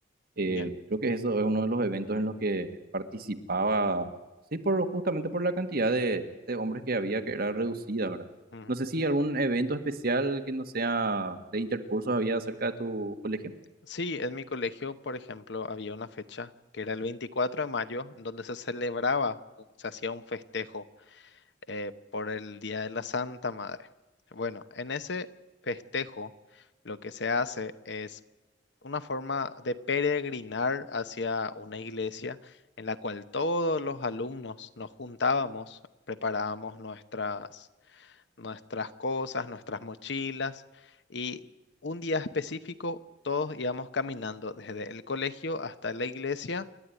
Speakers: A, on the right (about 55°); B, on the left (about 65°).
A: Eh,
B: Ya.
A: creo que eso es uno de los eventos en los que participaba, sí, por, justamente por la cantidad de, de hombres que había, que era reducida, ¿verdad?
B: ujú.
A: No sé si algún evento especial que no sea de intercursos había cerca de tu colegio.
B: Sí, en mi colegio, por ejemplo, había una fecha que era el 24 de mayo, en donde se celebraba, o se hacía un festejo eh, por el Día de la Santa Madre. Bueno, en ese festejo lo que se hace es una forma de peregrinar hacia una iglesia en la cual todos los alumnos nos juntábamos, preparábamos nuestras, nuestras cosas, nuestras mochilas y un día específico todos íbamos caminando desde el colegio hasta la iglesia